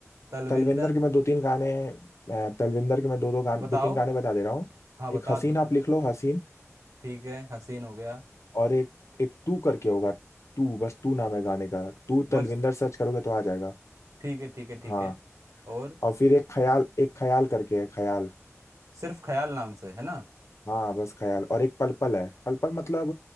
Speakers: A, on the right (about 75°); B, on the left (about 60°).
A: तलविंदर
B: तलविंदर के मैं दो तीन गाने अ, तलविंदर के मैं दो दो गाने
A: बताओ
B: दो तीन गाने बता दे रहा हूँ
A: हाँ
B: एक
A: बता
B: हसीन
A: दो तो
B: आप लिख लो हसीन
A: ठीक है हसीन हो गया
B: और एक एक तू करके होगा तू बस तू नाम है गाने का तू
A: बस
B: तलविंदर सर्च करोगे तो आ जाएगा
A: ठीक है ठीक है ठीक
B: हाँ
A: है और
B: और फिर एक ख्याल एक ख्याल करके है ख्याल
A: सिर्फ ख्याल नाम से है ना
B: हाँ बस ख्याल और एक पल पल है पल पल मतलब